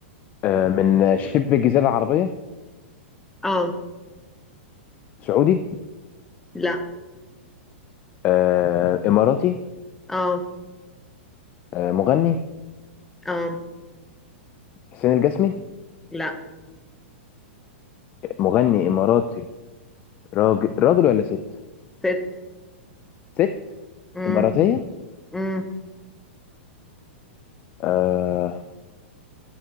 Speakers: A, on the left (about 25°); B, in the centre.
A: آه من شبه الجزيرة العربية
B: اه
A: سعودي
B: لا
A: آه إماراتي
B: اه
A: آه مغني
B: اه
A: حسين الجسمي
B: لا
A: مغني إماراتي راجل راجل ولا ست
B: ست
A: ست
B: امم
A: إماراتية
B: امم
A: آه